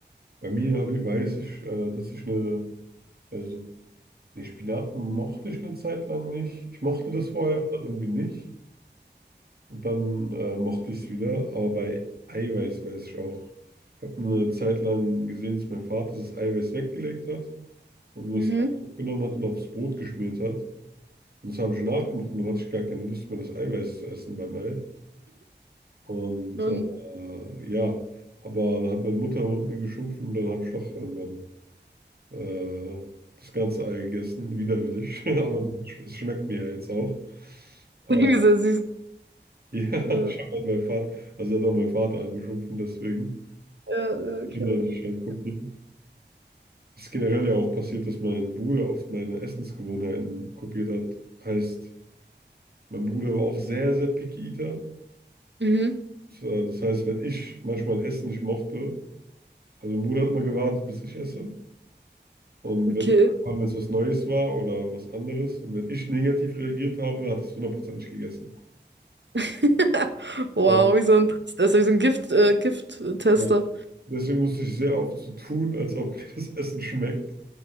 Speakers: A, on the right (about 55°); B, on the right (about 75°).
A: bei mir hab ich, weiß ich, äh, dass ich eine, also ne Spinaten mochte ich eine Zeit lang nicht. Ich mochte das vorher und dann irgendwie nicht. Und dann äh, mochte ich es wieder. Aber bei Eiweiß weiß ich auch. Ich habe eine Zeit lang gesehen, dass mein Vater das Eiweiß weggelegt hat und nur
B: Mhm.
A: das Ei genommen hat und aufs Brot geschmiert hat. Und das habe ich nachgemacht und dann hatte ich gar keine Lust mehr, das Eiweiß zu essen beim Ei. Und
B: Und
A: äh, ja, aber dann hat meine Mutter mit mir geschumpft und dann habe ich doch irgendwann. äh, das ganze Ei gegessen, widerwillig, <laughs> aber sch- es schmeckt mir ja jetzt auch.
B: <laughs>
A: Äh,
B: irgendwie sehr süß.
A: ja, <laughs>
B: Ja,
A: schon mal mein Vater, also er hat auch mein Vater angeschumpfen, deswegen
B: ja, ja,
A: Kinder
B: klar.
A: nicht halt kopieren. Es ist generell ja auch passiert, dass mein Bruder oft meine Essensgewohnheiten kopiert hat. Heißt, mein Bruder war auch sehr, sehr picky Eater.
B: Mhm,
A: So, Das heißt, wenn ich manchmal Essen nicht mochte, also mein Bruder hat immer gewartet, bis ich esse. Und
B: okay.
A: wenn wenn es was Neues war oder was anderes und wenn ich negativ reagiert habe, hat es hundertprozentig gegessen.
B: <laughs> Wow,
A: Und
B: wie so ein, das ist wie so ein Gift, äh, Gift-Tester.
A: ja, deswegen musste ich sehr oft so tun, als ob <laughs> mir das Essen schmeckt.